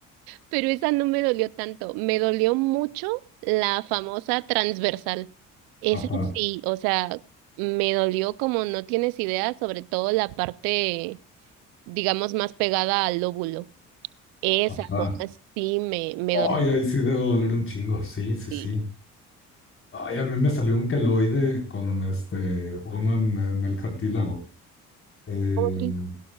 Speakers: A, on the right; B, on the left.
A: pero esa no me dolió tanto. Me dolió mucho la famosa transversal. Esa
B: Ajá,
A: sí, o sea, me dolió como no tienes idea, sobre todo la parte, digamos, más pegada al lóbulo. Esa
B: ajá.
A: zona sí me, me
B: Ay,
A: dolió.
B: ahí sí debe doler un chingo, sí, sí,
A: Sí.
B: sí. Ay, a mí me salió un queloide con este, uno en, en el cartílago. Em,
A: ¿Cómo crees?